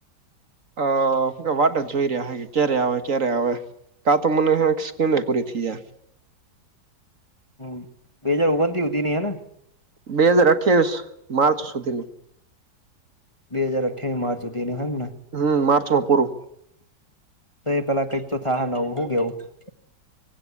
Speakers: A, on the right; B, on the left.
A: અ ક વાતો જોઈ રહ્યા હ કે ક્યારે આવે ક્યારે આવે કા તો મને સ્કીમે એ કરી જા
B: હ બે હાજર ઓગન થી સુધી નઈ હે ને
A: બે હાજર અઠવીશ માર્ચ સુધીની
B: બે હજ અઠવી માર્ચ તેનું હને
A: હમ માર્ચ માં પૂરું
B: તો એ પેલા કંઈક તો થાહે નવુ હું કે